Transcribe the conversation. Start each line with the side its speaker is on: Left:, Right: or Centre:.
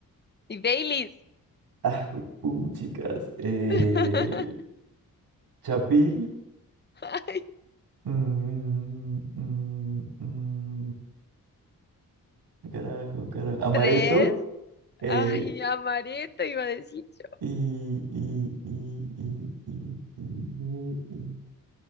Left: y Baileys.
Right: Ah, güey, chicas. Eh,
Left: <laughs>
Right: Chapil.
Left: Ay,
Right: Mm, mm, mm, mm, carajo, carajo. Amaretto.
Left: tres.
Right: Eh,
Left: Ay, amareto iba a decir yo.
Right: y, y, y, y, y, y- y- y-